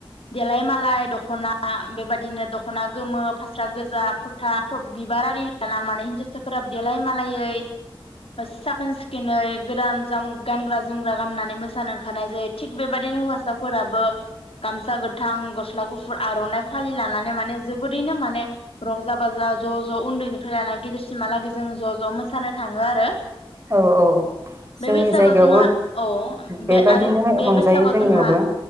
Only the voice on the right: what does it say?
औ औ जोंनि
जायगायावबो
बेबादिनो
रंजायो
जोंनियावबो